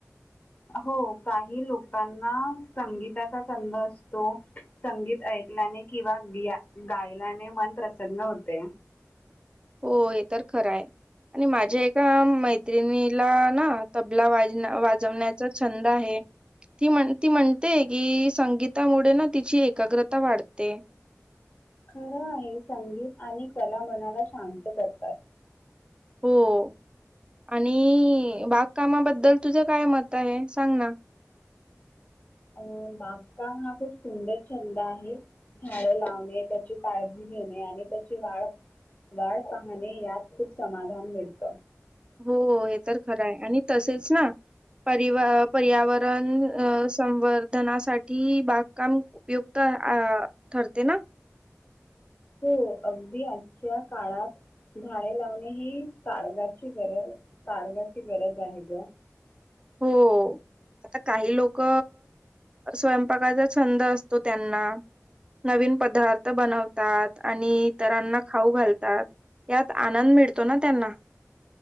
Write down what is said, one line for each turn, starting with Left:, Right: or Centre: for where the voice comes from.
Left: हो काही लोकांना संगीताचा छंद असतो. संगीत ऐकल्याने किंवा गि गायल्याने मन प्रसन्न होते.
Right: हो हे तर खरं आहे आणि माझ्या एका मैत्रिणीला ना तबला वा वाजवण्याचा छंद आहे. ती म्हण ती म्हणते की संगीतामुळे ना तिची एकाग्रता वाढते.
Left: खरं आहे संगीत आणि कला मनाला शांत करतात.
Right: हो आणि बागकामाबद्दल तुझं काय मत आहे सांग ना? <unintelligible>
Left: अं बागकाम हा खूप सुंदर छंद आहे. झाडे लावणे त्याची काळजी घेणे आणि त्याची वाढ वाढ पाहणे यात खूप समाधान मिळत.
Right: हो हे तर खरं आहे आणि तसेच ना परिव पर्यावरण संवर्धनासाठी बागकाम उपयुक्त अ ठरते ना
Left: हो अगदी आजच्या काळात.. झाडे लावणे ही तारगाची गरज ताडगाची गरज आहे ग
Right: हो. आता काही लोक स्वयंपाकाचा छंद असतो त्यांना नवीन पदार्थ बनवतात आणि इतरांना खाऊ घालतात. यात आनंद मिळतो ना त्यांना